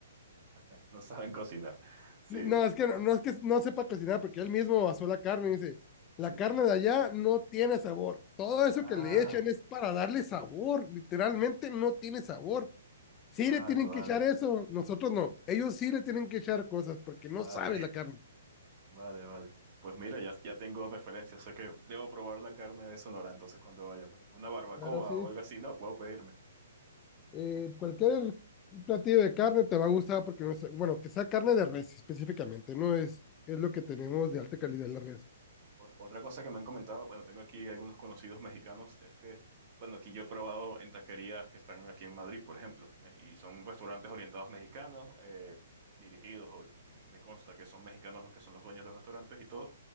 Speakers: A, on the right; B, on the left.
A: <laughs> No saben cocinar. <laughs> Sí,
B: No, es que no, no es que no sepa cocinar, porque él mismo basó la carne y dice, la
A: sí.
B: carne de allá no tiene sabor. Todo eso
A: Ah,
B: que le echan es para darle sabor. Literalmente no tiene sabor.
A: vale,
B: Sí le tienen
A: vale,
B: que echar eso, nosotros no. Ellos sí le tienen que echar cosas porque
A: vale,
B: no sabe la carne.
A: vale, vale. Pues mira, ya, ya tengo referencias, sé que debo probar la carne de Sonora, entonces cuando vaya por ahí. Una barbacoa
B: Claro, sí.
A: o algo así, no, puedo pedirme.
B: Eh, cualquier platillo de carne te va a gustar porque, no sé, bueno, que sea carne de res específicamente, no es, es lo que tenemos de alta calidad la res.
A: Ot- Otra cosa que me han comentado, bueno, tengo aquí algunos conocidos mexicanos, es que, bueno, aquí yo he probado en taquerías que están aquí en Madrid, por ejemplo, me- y son restaurantes orientados mexicanos, eh, dirigidos, o- me consta que son mexicanos los que son los dueños de los restaurantes y todo,